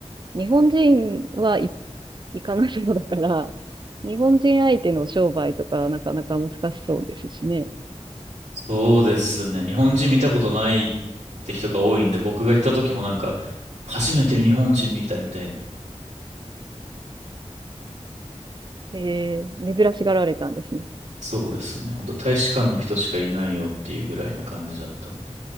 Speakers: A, on the right; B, on the right.
A: 日本人はい行かないそうだから、日本人相手の商売とかなかなか難しそうですしね。
B: そうですね、日本人見たことないって人が多いんで、僕が行った時もなんか、初めて日本人見たみたいな。
A: えー、珍しがられたんですね。
B: そうですね。本当大使館の人しかいないよっていうぐらいな感じだったんで。